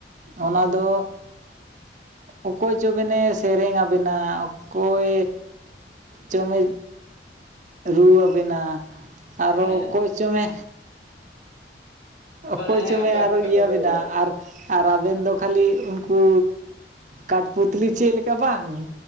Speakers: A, on the right; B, on the left.
A: ᱚᱱᱟ ᱫᱚ ᱚᱠᱚᱭ ᱪᱚ ᱵᱮᱱᱤ ᱥᱮᱨᱮᱧᱟᱵᱤᱱᱟ ᱚᱠᱚᱭ ᱪᱚᱢᱼᱮ ᱨᱩ ᱟᱵᱤᱱᱟ ᱟᱨ
B: ᱦᱮᱸ
A: ᱚᱠᱚᱭ
B: ᱦᱮᱸ
A: ᱪᱚᱝᱼᱮ ᱚᱠᱚᱭ
B: ᱵᱟᱝᱟ ᱦᱮᱸ
A: ᱪᱚᱢᱮ
B: ᱚᱱᱠᱟ ᱦᱟᱸᱜ
A: ᱟᱨᱚ
B: ᱠᱟᱛᱷᱟ
A: ᱤᱭᱟᱹ
B: ᱫᱚ
A: ᱟᱵᱤᱱᱟ ᱟᱨ ᱟᱨ ᱟᱵᱤᱱ ᱫᱚ ᱠᱷᱟᱹᱞᱤ ᱩᱱᱠᱩ ᱠᱟᱴ ᱯᱩᱛᱞᱤ ᱪᱮᱫ ᱞᱮᱠᱟ ᱵᱟᱝ